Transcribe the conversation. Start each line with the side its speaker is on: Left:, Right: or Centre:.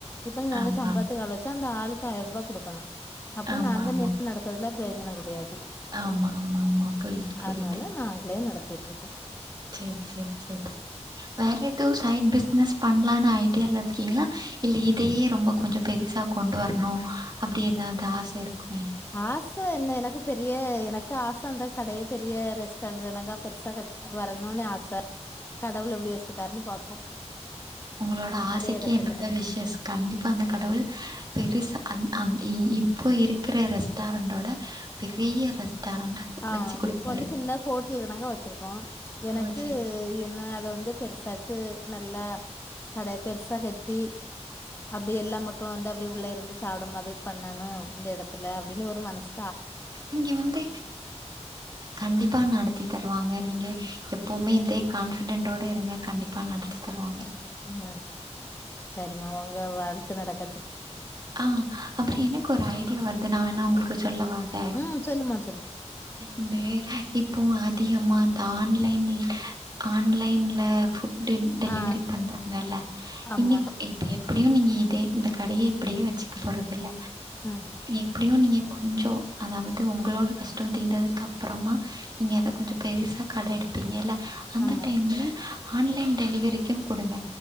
Left: இப்ப நாங்க
Right: ஆமா
Left: சம்பளத்துக்கு ஆள் வச்சா அந்த ஆளுக்கு ஆயர்ருவா குடுக்கணு அப்போ
Right: ஆமா
Left: நாங்க
Right: ஆமா
Left: நின் நடத் த்ததுல பிரயோஜன கெடையாது
Right: ஆமா ஆமா ஆமா புரியுது புரியுது
Left: அதுனால நாங்ளே நடத்திட்ருக்கோ
Right: சேரி சேரி சேரி சேரி வேற எதுவு சைட் பிஸ்னஸ் பண்ணலான்னு ஐடியால்ல இர்க்கீங்ளா இல்ல இதையே ரொம்பக் கொஞ்ச பெருசா கொண்டு வர்ணு அப்டி எதாவ்து ஆச இர்க்குமே
Left: ஆச என்ன எனக்கு பெரிய எனக்கு ஆச அந்த கடைய பெரிய ரெஸ்டாரண்ட் கணக்கா பெருசா கட் வரணுன்னு ஆச கடவுள் எப்டி வச்சுருக்காருன்னு பாப்போ
Right: உங்களோட ஆசைக்கு
Left: அதே எடத்துல
Right: என்னோட விஷ்ஷஸ் கண்டிப்பா அந்த கடவுள் பெருசா அம் அங் இ இப்போ இருக்குற ரெஸ்டாரண்ட்டோட பெரிய ரெஸ்டாரண்டா
Left: ஆ
Right: வச்சு குடுப்பாரு
Left: இப்ப வந்து சின்ன ஹோட்டல்கணக்கா வச்சுருக்கோ எனக்கு
Right: ஓ சரி சரி
Left: என்ன அத வந்துப் பெருசாட்டு நல்லா கடைய பெருசா கட்டி அப்டி எல்லா மக்களு வந்து அப்டி உள்ள இருந்து சாப்ட மாதிரி பண்ணணு அந்த எடத்துல அப்டின்னு ஒரு மனஸ்
Right: இங்கெ வந்து கண்டிப்பா நடத்தி தருவாங்க நீங்க எப்போமே இதே கான்ஃபிடெண்டோட இருங்க கண்டிப்பா நடத்தி தருவாங்க
Left: ம் சரிம்மா உங்க வாழ்த்து நடக்கட்டு
Right: அ அப்பற என்னங்க் ஒரு ஐடியா வருது நா வேணா உங்களுக்கு சொல்லவா அத
Left: ம் சொல்லும்மா சொல்லு
Right: இந்த இப்போ அதிகம்மா அந்த ஆன்லைன்லி ஆன்லைன்ல ஃபுட் டெ டெலிவரி
Left: ஆ
Right: பண்றாங்கல்ல
Left: ஆமா
Right: இனிக் ப்ப எப்புடியும் நீங்க இதே இந்த கடைய இப்புடியே வச்சுக்க போறதில்ல
Left: ம்
Right: எப்புடியு நீங்க கொஞ்சொ அதாவது உங்களோட கஷ்டொ தீந்ததுக்கு அப்றமா நீங்க அத கொஞ்சொ பெருசா கட எடுப்பீங்கெல்ல அந்த
Left: ஆமா
Right: டைம்ல ஆன்லைன் டெலிவெரிக்கு குடுங்க